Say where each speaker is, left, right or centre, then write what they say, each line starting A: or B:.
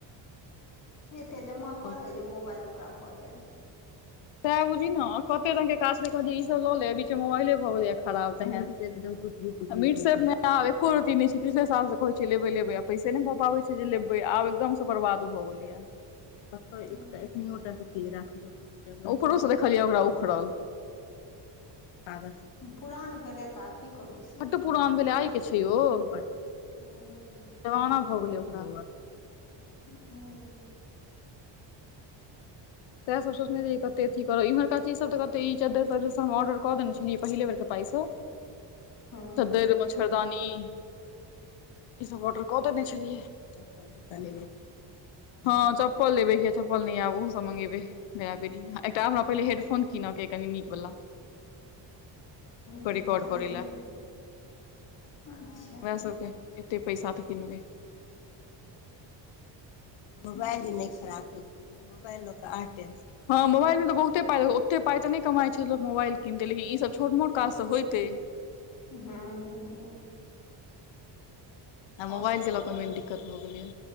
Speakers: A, on the left; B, on the left.
A: <inaudible>
B: एते जमा कऽ ले जे मोबाइल ओकरा भऽ जाय
A: तें बुझहिं ने कते रंगग के काज देखलिय ईसभ ले बीचे मोबाइले भ गेलै या खराब तेहन मिट सेफ आब एको रती नहि छै पीछले साल से कहै छिय लेबे लेबे पैसे नहि भऽ पाबै छै जे लेबे आब एकदम से बर्बाद भऽ गेलैया उपरो
B: हूँ
A: सँ देखलियै ओकरा उखड़ल आब
B: पुरान भेलै तऽ आब की कहैत छिही
A: बड्ड पुरान भेलै आइ के छै ओ
B: हूंम्म
A: जवाना भऽ गेलै ओकरा
B: हूंम्म
A: सएह सब सोचनेय कते अथी कर इम्हरका चीजसभ तऽ कतेक ई चद्दरि तद्र सब हम ऑडर कऽ देने छलियै पहिले बेर के पाइ से
B: <inaudible> हूँ
A: तद्दरि
B: हूँ
A: मच्छरदानी ईसभ ऑर्डर कऽ देने छलियै हँ चप्पल लेबैके चप्पल नहि ये आब ओ सब मंगेबै बेरा-बेरी एकटा हमरा पहिले हेडफोन कीनऽ के अय कनी नीक वाला
B: हूँ
A: एकरा रिकार्ड
B: खरीद
A: करै ले
B: लीहे अच्छा
A: हँ इएह सबके एतै पैसा तऽ किनबै मोबाइल
B: ठीक
A: जे नहि
B: छै
A: खराब होइतितै मोबाइल लऽ कऽ आर टेन्सन हाँ मोबाइल मे तऽ बहुते पाई ओते पाई तऽ कमाइ छै लोक मोबाइल किनतै लेकिन ई सभ छोट मोट काज तऽ होइतै
B: हुंम्म हुंम्म
A: आ मोबाइल
B: सब
A: के
B: तऽ
A: लऽ कऽ
B: भऽ
A: मेन
B: जैतौ
A: दिक्कत भऽ गेलैए